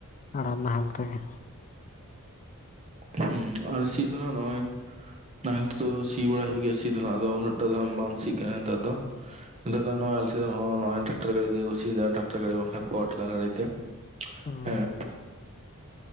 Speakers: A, on the left (about 35°); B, on the right (about 30°).
A: ᱟᱨᱟᱲ ᱱᱟᱦᱮᱞ ᱛᱮᱜᱮ
B: <unintelligible> ᱥᱤ ᱫᱚ ᱱᱟᱦᱟᱜ ᱱᱚᱜᱼᱚᱭ ᱱᱟᱦᱮᱞ ᱛᱮᱫ ᱫᱚ ᱥᱤ ᱵᱟᱲᱟ ᱦᱩᱭ ᱜᱮ ᱥᱤ ᱫᱚ ᱱᱟᱦᱟᱜ ᱦᱟᱜ ᱟᱫᱚ ᱩᱱᱟᱹᱜ ᱴᱟ ᱫᱚ ᱦᱟᱜ ᱵᱟᱝ ᱥᱤᱜ ᱠᱟᱱ ᱛᱮ ᱟᱫᱚ ᱱᱮᱛᱟᱨ ᱫᱚ ᱱᱚᱣᱟ ᱟᱞᱮ ᱥᱮᱱ ᱫᱚ ᱦᱚᱸ ᱴᱨᱟᱠᱴᱟᱨ ᱜᱟᱹᱲᱤ ᱛᱮᱠᱚ ᱥᱤ ᱮᱫᱟ, ᱴᱨᱟᱠᱴᱟᱨ ᱜᱟᱹᱲᱤ ᱵᱟᱝᱠᱷᱟᱱ ᱯᱟᱣᱟᱨ ᱴᱤᱞᱟᱨ ᱜᱟᱹᱲᱤ ᱛᱮ᱾
A: ᱦᱢ
B: ᱦᱮᱸ